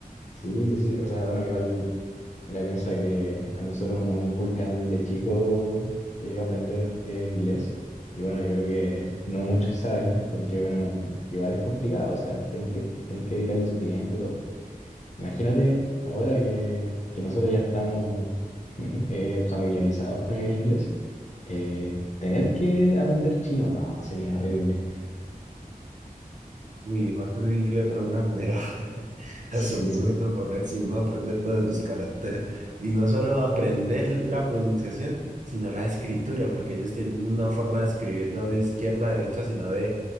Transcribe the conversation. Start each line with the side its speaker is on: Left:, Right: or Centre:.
Left: Sí, sí, sí, o sea, bueno, igual Mira, piensa que a nosotros nos inculcan desde chicos eh, aprender eh, inglés. Y bueno, yo creo que no muchos saben, porque bueno, igual es complicado, o sea, tenéis que, tenéis que dedicarle su tiempo y todo. Imagínate ahora que, que nosotros ya estamos <laughs> eh, familiarizados con el inglés, eh, tener que aprender chino, no, sería horrible.
Right: Uy, horrible, pero una manera <laughs> asombrosa
Left: Sí,
Right: ponerse uno a aprender todos esos caracteres. Y no solo aprender la pronunciación, sino la escritura, porque ellos tienen una forma de escribir no de izquierda a derecha, sino de